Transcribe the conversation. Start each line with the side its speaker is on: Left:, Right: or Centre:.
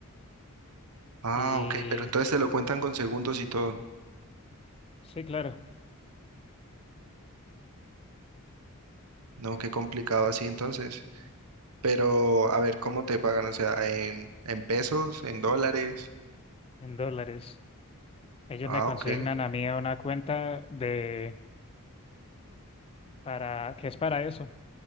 Right: ah,
Left: Y
Right: ok, pero entonces te lo cuentan con segundos y todo.
Left: sí, claro,
Right: No, qué complicado así entonces. Pero, a ver, ¿cómo te pagan? O sea, en, en pesos, en dólares.
Left: en dólares. Ellos
Right: Ah,
Left: me consignan
Right: ok.
Left: a mí a una cuenta de para que es para eso,